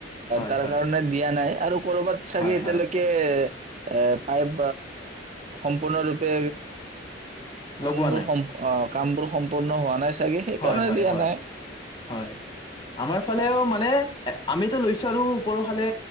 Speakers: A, on the left; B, on the right.
A: হয়
B: তাৰ
A: হয়
B: কাৰণে দিয়া নাই আৰু কৰবাত চাগে
A: হয়
B: এতিয়ালৈকে
A: হয়
B: এ পাইপ সম্পূৰ্ণৰূপে কণবোৰ
A: লগোৱা নাই
B: সম কাম বোৰ সম্পূৰ্ণ হোৱা নাই চাগে সেইকাৰণে
A: হয় হয়
B: দিয়া
A: হয়
B: নাই
A: হয় আমাৰ ফালেও মানে আমিতো লৈছো আৰু ওপৰৰ ফালে